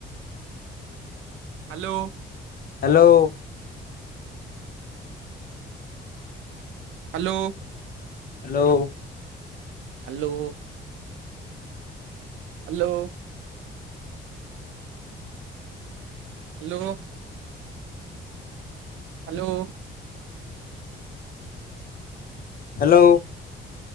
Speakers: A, on the right; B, on the left.
A: Hello.
B: Hello.
A: Hello.
B: Hello.
A: Hello. Hello. Hello. Hello.
B: Hello.